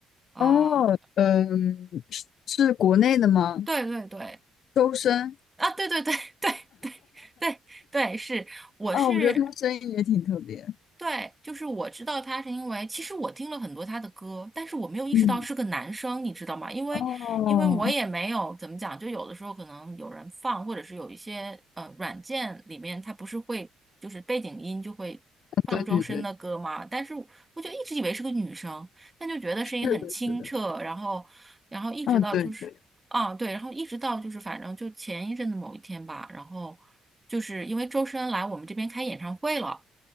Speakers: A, on the right; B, on the left.
A: 呃，
B: 哦，嗯，是是国内的吗？
A: 对对对，
B: 周深。
A: 啊，对对对 <laughs> 对对对对，是，我是
B: 哦，我觉得他声音也挺特别。
A: 对，就是我知道他是因为，其实我听了很多他的歌，但是我没有意识到是个男生，
B: 嗯。
A: 你知道吗？因为，
B: 哦，
A: 因为我也没有怎么讲，就有的时候可能有人放，或者是有一些呃软件里面他不是会就是背景音就会放周深的歌吗？
B: 对对对，
A: 但是我就一直以为是个女生，但就觉得声音很清澈，
B: 是的，是的，
A: 然后，然后一直到就是啊对，
B: 啊，对对，
A: 然后一直到就是反正就前一阵子某一天吧，然后就是因为周深来我们这边开演唱会了。